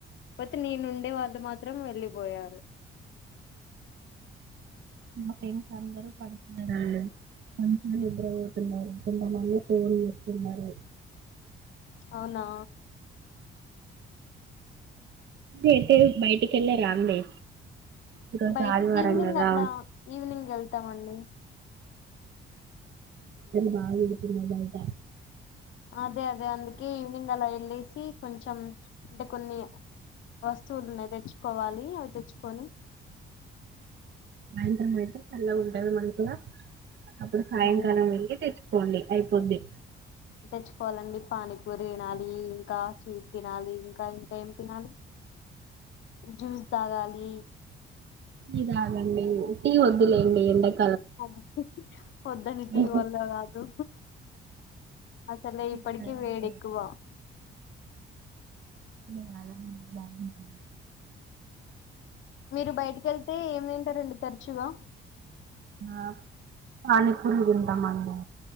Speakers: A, on the left; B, on the right.
A: పోతే నేను ఉండే వాళ్ళు మాత్రం వెళ్ళిపోయారు
B: మా ఫ్రెండ్స్ అందరూ పడుకున్నారు వాళ్ళు మంచి నిద్రా పోతున్నారు కొంత మంది పిల్లలు ఫోనులు చూసుకుంటున్నారు
A: అవునా
B: ఎతే బైటికి వెళ్ళ రా అండి ఈరోజు
A: బయట్
B: ఆదివారం
A: ఈవినింగ్
B: కదా
A: అట్లా ఈవినింగ్ వెళ్తామండి
B: బాగ ఉండుతున్నాయింట
A: అదే అదే అందుకే ఈవ్నింగ్ ఎలా వెళ్లేసి కొంచెం అంటే కొన్ని వస్తువులు ఉన్నాయి తెచ్చుకోవాలి అవి తెచ్చుకొని
B: సాయంత్రం అయితే చల్లగుంటది మనకులా అప్పుడు సాయం
A: ఉమ్,
B: కాలం మేల్లే తెచ్ పోండి అయిపోద్ది
A: తెచ్చుకోవాలండి పానీపూర తినాలి ఇంకా స్వీట్ తినాలి ఇంకా టైం ఏం తినాలి జ్యూస్ తాగాలి
B: ఇగ ఆగండి టీ వద్దులే అండి ఎండకి
A: అే వొదునిటి
B: టీ
A: వల్ల కాదు అసలే ఇప్పటికే
B: తాగండి
A: వేడి ఎక్కువ
B: చాల మంది బాగుంటరు
A: మీరు బయటికెళ్తే ఏం తింటరండి తరచుగా
B: ఆ పనిపూరి తింటాం మ